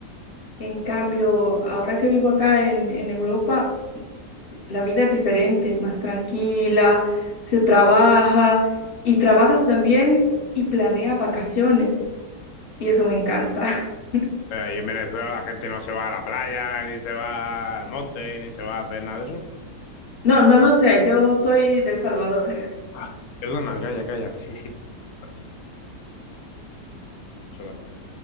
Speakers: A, on the left; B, on the left.
A: En cambio, ahora que vivo acá en, en Europa, la vida es diferente, es más tranquila, se trabaja y trabajas también y planeas vacaciones. Y eso me encanta. <laughs>
B: Pero ahí en Venezuela la gente no se va a la playa, ni se va al monte, ni se va a hacer nada de eso.
A: No, no lo sé, yo soy del Salvador.
B: Ah, perdona, calla, calla. Sí, sí. lo has dicho. He hecho la-